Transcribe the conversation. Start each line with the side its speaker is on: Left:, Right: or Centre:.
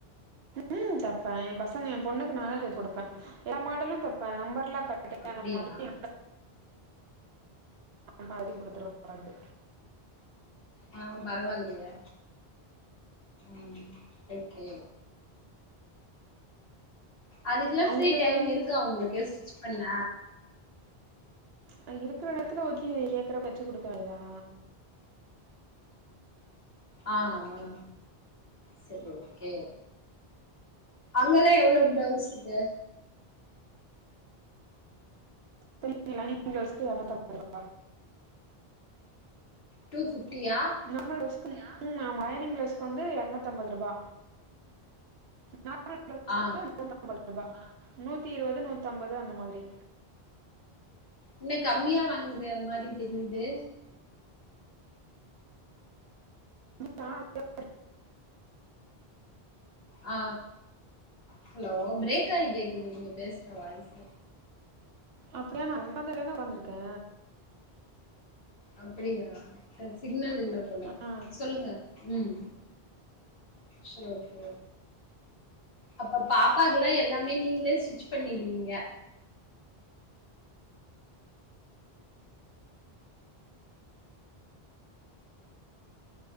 Right: ம் தப்ப எ பசங்க எ பொண்ணு நாந்தா போய் குடுப்பே எல்லா மாடலு தப்பே அம்பர்லா கட்டு
Left: அப்டியா
Right: அந்த மாரி <inaudible> <inaudible> பாதி குடுத்துருவோ <inaudible> க்கு
Left: ஆ பரவால்லையே ம் ஓகே அதுக்குலா
Right: அவங்களுக்கு
Left: ஃப்ரீ டைம் இருக்கா உங்களுக்கு ஸ்டிச் பன்ன
Right: ஆ இருக்குற எடத்துல ஓகே கேக்குற தச்சு குடுக்க வேதா
Left: ஆ ஆ செரி ஓகே அங்கெல்லா எவ்ளோ ப்ளவுஸ்க்கு
Right: துணி லைனிங் ப்ளௌஸ்க்கு எறநூத்தம்பது ருவா
Left: டூ ஃபிப்டியா
Right: நார்மல் ப்ளௌஸ்க்கு ம் லைனிங் ப்ளௌஸ்க்கு வந்து எரநூத்தம்பது ரூபா நார்மல் ப்ளௌ
Left: ஆ
Right: நூத்தம்பது ரூபா நூத்தி இருவது நூத்தம்பது அந்த மாரி
Left: என்ன கம்மியா வாங்குற அந்த மாரி தெரியுது
Right: <inaudible>
Left: ஆ ஹலோ ப்ரேக்காய் கேக்குது நீங்க பேசுற வாய்ஸ்
Right: அப்டியா நா <inaudible> உட்காந்திருக்கே
Left: அப்டியா சிக்னல் இல்ல போல
Right: ஆ
Left: சொல்லுங்க ம் செரி ஓகே அப்ப பாப்பாக்குல்லா எல்லாமே நீங்களே ஸ்டிச் பண்ணிடுவீங்க